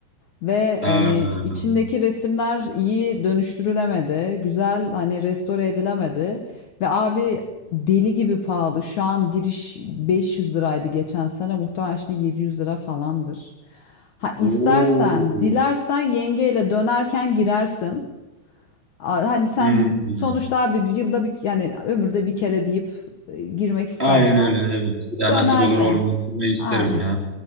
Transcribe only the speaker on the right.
Ee,
Oo.
Hmm.
Aynen öyle evet. Bir daha
nasip olur olmaz. Gitmeyi isterim
ya.